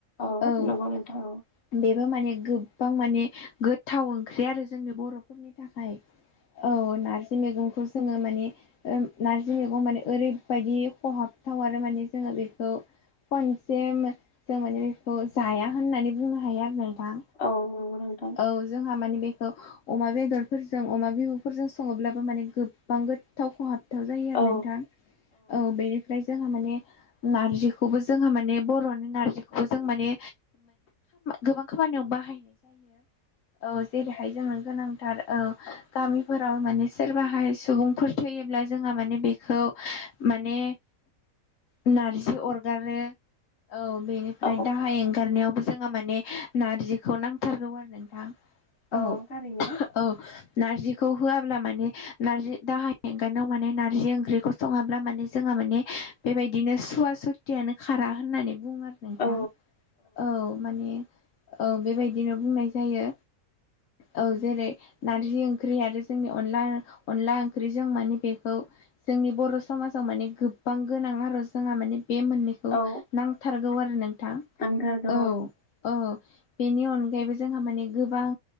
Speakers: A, on the left; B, on the left.
A: औ
B: औ
A: नंगौ नोंथां
B: बेबो माने। गोबां माने गोथाव ओंख्रि आरो जोंनि बर'फोरनि थाखाय। औ नारजि मैगंखौ। जोङो माने नारजि मैगं माने ओरैबायदि खहाबथाव आरो माने जोङो बेखौ। खनसे जों माने बेखौ जाया होननानै बुंनो हायो आरो नों। बां
A: औ नंगौ नोंथां
B: औ जोंहा मानि। बेखौ अमा बेदरफोरजों अमा बिबुफोरजों सङोब्लाबो माने गोबां गोथाव खहाब। थाव जायो आरो
A: औ
B: नोंथां औ बेनिफ्राय जोंहा माने। नारजिखौबो जोंहा माने बर'नि नारजिखौबो जों माने गोबां खामानि होनो बाहायनाय जायो औ जेरैह जों जोनोमथार औ गामि फोराव माने सोरबाहाय सुबुंफोर थैयोब्ला जोंहा माने बेखौ माने नारजि अरगारो। औ बेनिफ्राय
A: औ
B: दाहा एंगारनायावबो जोङो माने नारजिखौ नांथारगौ आरो नोंथां।
A: औ
B: औ
A: थारैनो
B: औ नारजि खौ होआब्ला माने नारजि दाहाय एंगाराव माने नाजि ओंख्रिखौ सङाब्ला माने जोंहा माने बेबायदिनो सुवा सुथियानो खारा होननानै। बुं आरो नोंथां
A: औ
B: औ माने। औ बेबायदिनो बुंनाय जायो ओ जेरै नारजि ओं। ख्रि आरो जोंनि अनला अनला ओंख्रिजों माने बेखौ जोंनि बर' समाजाव माने गो बां गोनां आरो जोंहा माने बे मोननैखौ
A: औ
B: नांथारगौ आरो नोंथां
A: नांथारगौ
B: औ ओ। बेनि अनगायैबो जोंहा माने गोबां